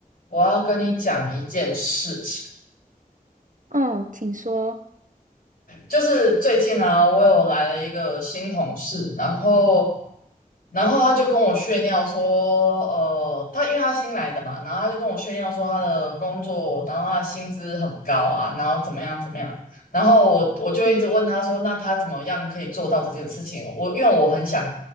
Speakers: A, on the left; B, on the right.
A: 我要跟你讲一件事情，
B: 哦，请说。
A: 就是最近啊，我有来了一个新同事，然后然后他就跟我炫耀说，呃，他因为他新来的嘛，然后他就跟我炫耀说他的工作，然后他的薪资很高啊，然后怎么样怎么样，然后我我就一直问他说，
B: 嗯
A: 那他怎么样可以做到这件事情？我因为我很想，